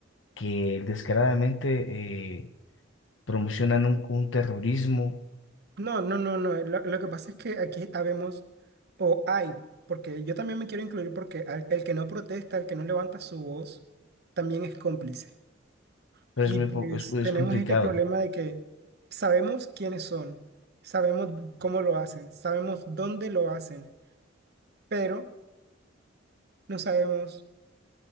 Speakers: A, on the left (about 80°); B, on the right (about 55°).
A: que descaradamente eh, promocionan un, un terrorismo,
B: No, no, no, no. Lo, lo que pasa es que aquí habemos, o hay, porque yo también me quiero incluir porque al- el que no protesta, el que no levanta su voz, también es cómplice.
A: pero
B: Y
A: es muy,
B: pues
A: po- es, es
B: tenemos
A: complicado.
B: este problema de que sabemos quiénes son, sabemos cómo lo hacen, sabemos dónde lo hacen, pero no sabemos